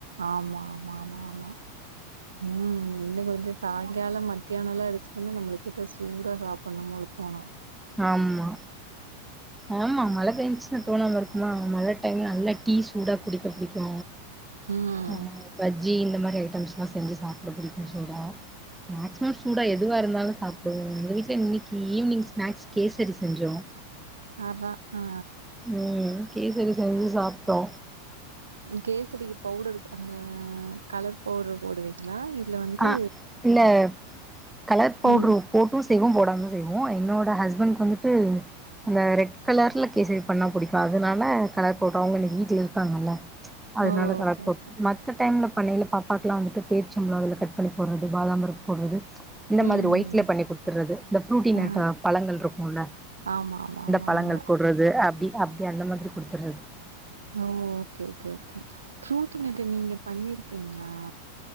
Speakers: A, on the right; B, in the centre.
A: ஆமா ஆமா ஆமா ஆமா ம் இன்னு கொஞ்சோ சாய்ங்காலம் மத்யானல்லா அடிச்சுதுன்னா நம்ளுக்கு எதோ சூடா சாப்பட்ணும் போல தோணு
B: ஆம்மா ஆமா மழ பேஞ்ச்ன்னா தோணாம இருக்குமா மழ டைம்ல நல்லா டீ சூடா குடிக்க புடிக்கு
A: ம்.
B: ஆ பஜ்ஜி இந்த மாரி ஐட்டம்ஸ்லா செஞ்சு சாப்ட புடிக்கு சூடா மேக்ஸிமம் சூடா எதுவா இருந்தாலு சாப்டுவோ எங்க வீட்ல இன்னிக்கி ஈவ்னி்ங் ஸ்நாக்ஸ் கேசரி செஞ்சோ
A: ஆஹா ஆ
B: ம் கேசரி செஞ்சு சாப்ட்டோ
A: ம் கேசரிக்கு பவுடர் அந்த கலர் பவுட்ரு போடுவீ ங்ளா இல்ல வந்து
B: ஆ இல்ல கலர் பவுட்ரு
A: ம்
B: போட்டு செய்வோ போடாம்லு செய்வோ என்னோட ஹஸ்பண்ட்க் வந்துட்டு அந்த ரெட் கலர்ல கேசரி பண்ணா புடிக்கு அதுனால கலர் போட்றோ அவுங்க இன்னிக் வீட்ல இருக்காங்கல்ல அதுனால
A: ஓ!
B: கலர்
A: ஓகே,
B: போட்
A: ஓகே.
B: மத்த டைம்ல பண்ணைல பாப்பாக்குலா வந்துட்டு பேர்ச்சம் பழோ அதுல கட் பண்ணி போட்றது பாதாம் பருப் போட்றது இந்த
A: ம், ம்.
B: மாதிரி ஒய்ட்ல பண்ணி குடுத்தட்றது இந்த ஃப்ரூட்டி
A: ஆ.
B: நேட்டா பழங்கள்ருக்குல்ல
A: ஆமா ஆமா ஆமா
B: பழங்கள்
A: ஆமா.
B: போட்றது அப்டி அப்டி அந்த மாதிரி குடுத்தட்றது
A: ஓ ஓகே ஓகே ஓகே ஃப்ரூட்டி நெட்டி நீங்க பண்ணிருக்கீங்ளா